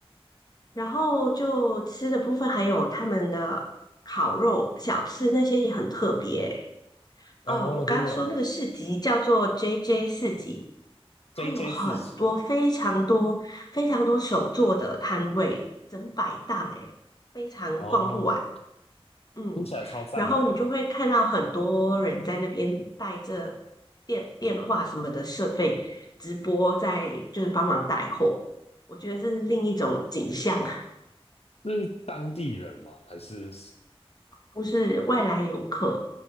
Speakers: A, on the left (about 40°); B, on the left (about 80°).
A: 然后就吃的部分还有他们的烤肉小吃那些也很特别。
B: 哦，
A: 哦，我刚刚说那个市集叫做
B: 真的哦
A: JJ 市集，它有很多非常多非常多手作的摊位，
B: ，JJ 四喜
A: 整百档诶，非常逛不完。
B: 哦，
A: 嗯，
B: 听起来超赞的。
A: 然后你就会看到很多人在那边带着电电话什么的设备直播在，就是帮忙带货。我觉得这是另一种景象。
B: 是当地人吗？还是？
A: 不是外来游客，